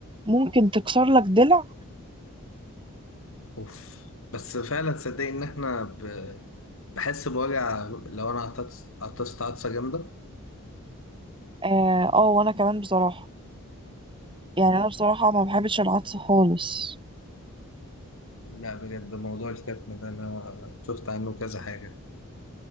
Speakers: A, on the right; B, on the left.
A: ممكن تكسر لك ضلع
B: اوف بس فعلا صدق ان احنا ب... بحس بوجع لو انا عطست عطست عطسه جامده
A: اه آه، وانا كمان بصراحة يعني انا بصراحة ما بحبش العطسة خالص
B: لا بجد موضوع الكتم ده انا شفت عنه كذا حاجه